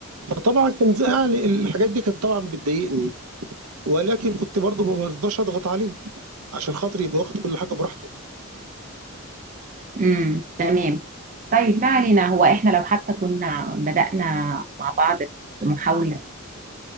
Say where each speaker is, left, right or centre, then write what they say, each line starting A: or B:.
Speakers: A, on the right; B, on the right.
A: فطبعا كان زعل الحاجات دي كانت طبعا بتضايقني ولكن كنت برضه ما برضاش اضغط عليه عشان خاطر يبقى واخد كل حاجه براحته
B: امم تمام طيب ما علينا هو احنا لو حتى كنا بدأنا مع بعض محاولة